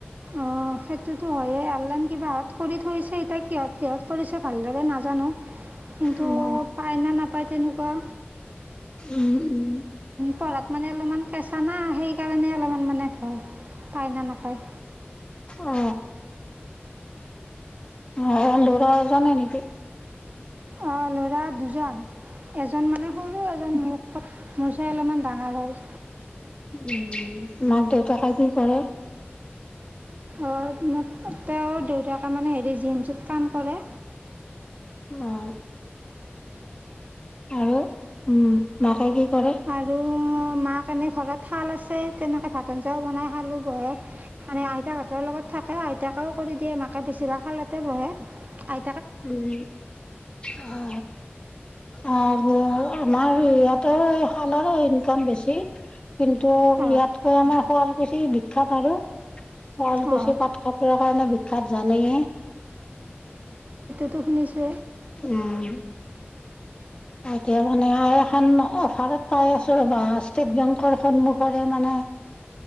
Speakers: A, on the right; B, on the left.
A: অ। অ সেইটোতো হয়েই অনলাইন কিবাহঁত কৰি থৈছে এতিয়া কিহত কিহঁত কৰিছে ভালদৰে নাজানো।
B: উম,
A: কিন্তু পায় ন নাপায় তেনেকুৱা?
B: উম উম।
A: পঢ়াত মানে অলপমান কেঁচা না, সেইকাৰণে অলপমান মানে ভয়। পায় না নাপায়?
B: অ অ অন্ধৰা জানাই নেকি?
A: অ ল'ৰা দুজন, এজন মানে সৰু এজন মোক মোৰ চাই অলপমান ডাঙৰ হয়।
B: উম, মাক -দেউতাকে কি কৰে?
A: অ, তেওঁৰ দেউতাকে মানে হেৰি জি এম চিত কাম কৰে।
B: অ আৰু উম মাকে কি কৰে
A: আৰু মা কাৰণে ঘৰত থাল আছে, তেনেকৈ ভাত আঞ্জাও বনাই খালো বহে মানে আইতাহঁতৰ লগত থা এই আইতাকেও কৰি দিয়ে মাকে বেছিভাগ শালতে বহে। আই
B: উম অ। আৰু আমাৰ ইয়াতে এই শালৰে ইনকাম বেছি। কিন্তু
A: অঁ
B: ইয়াতকৈ আমাৰ শুৱালকুছি বিখ্যাত আৰু। শুৱালকুছি
A: অঁ
B: পাট কা কাৰণে বিখ্যাত জানেই।
A: টো শুনিছোঁ।
B: উম। এতিয়া মানে আৰু এখন অফাৰত পাই আছো ৰবা, ষ্টেট বেংকৰ সন্মুখৰে মানে